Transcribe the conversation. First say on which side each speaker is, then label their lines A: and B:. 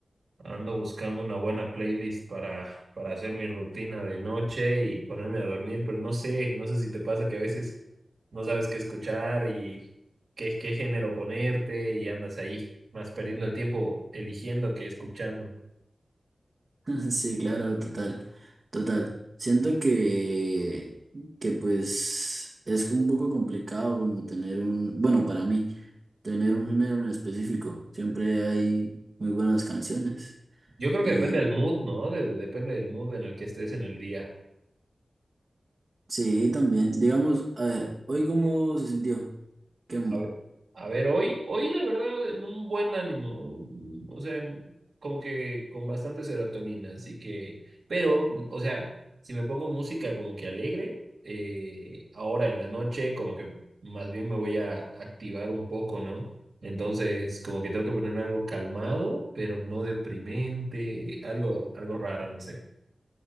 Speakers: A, on the right; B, on the right.
A: ando buscando una buena playlist para, para hacer mi rutina de noche y ponerme a dormir, pero no sé, no sé si te pasa que a veces no sabes qué escuchar y qué, qué género ponerte y andas ahí más perdiendo el tiempo eligiendo que escuchando.
B: <laughs> Sí, claro, total, total. Siento que, que pues es un poco complicado como tener un, bueno, para mí, tener un género en específico. Siempre hay muy buenas canciones.
A: Yo creo
B: Y
A: que depende del mood, ¿no? De- depende del mood en el que estés en el día.
B: sí, también, digamos, a ver, ¿hoy cómo se sintió? ¿Qué,
A: A ver, a ver, hoy, hoy la verdad, en un buen ánimo, mm, o sea, en- como que con bastante serotonina, así que, pero, o sea, si me pongo música como que alegre, eh, ahora en la noche, como que más bien me voy a activar un poco, ¿no? Entonces, como que tengo que ponerme algo calmado, pero no deprimente, algo, algo raro, no sé.